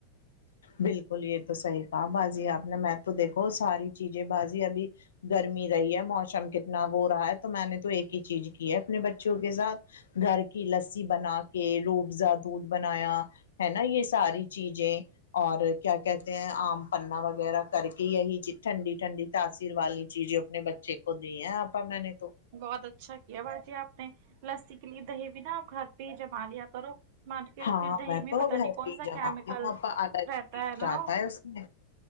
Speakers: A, on the left; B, on the right.
A: بالکل یہ تو صحیح کہا بازی آپ نے میں تو دیکھو ساری چیزیں بازی ابھی گرمی رہی ہے موسم کتنا وہ رہا ہے تو میں نے تو ایک ہی چیز کی ہے اپنے بچوں کے ساتھ گھر کی لسی بنا کے روبزا دودھ بنایا ہے نا یہ ساری چیزیں اور کیا کہتے ہیں آم پنا وغیرہ کر کے یہی چیز ٹھنڈی ٹھنڈی تاثیر والی چیزیں اپنے بچے کو دی ہیں آپا میں نے تو
B: بہت اچھا کیا باجی آپ نے لسی کے لیے دہی بھی نا گھر پہ ہی جما لیا کرو مارکیٹ
A: ہاں
B: کی دہی
A: میں تو
B: پتا
A: گھر
B: نہیں کون
A: پہ ہی
B: سا
A: جماتی
B: کیمیکل
A: ہوں اپا الگ
B: رہتا
A: ہی
B: نا
A: ٹیسٹ اتا ہے اس میں